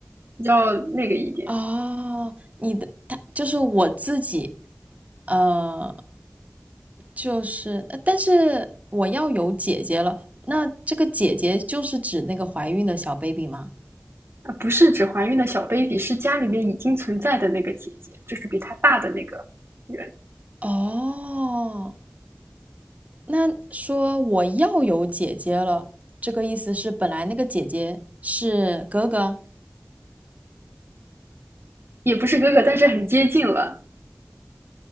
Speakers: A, on the right; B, on the right.
A: 比较那个一点
B: 哦，你的他就是我自己，呃，就是呃但是我要有姐姐了，那这个姐姐就是指那个怀孕的小 baby 吗？
A: 啊，不是指怀孕的小 baby，是家里面已经存在的那个姐姐，就是比她大的那个人，
B: 哦，那说我要有姐姐了，这个意思是本来那个姐姐是哥哥，
A: 也不是哥哥，但是很接近了。